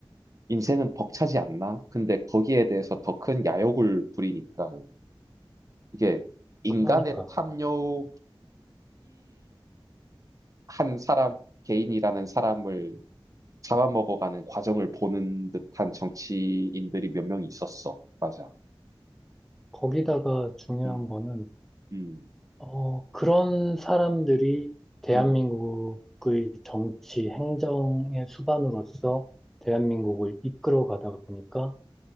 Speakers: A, on the right (about 40°); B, in the centre.
A: 인생은 벅차지 않나? 근데 거기에 대해서 더 큰 야욕을 부리니까 이게 인간의
B: 그러니까
A: 탐욕이 한 사람, 개인이라는 사람을 잡아먹어가는 과정을 보는 듯한 정치인들이 몇 명 있었어. 맞아.
B: 거기다가 중요한
A: 음,
B: 거는
A: 음,
B: 어, 그런 사람들이 대한민국의
A: 음.
B: 정치, 행정의 수반으로서 대한민국을 이끌어 가다 보니까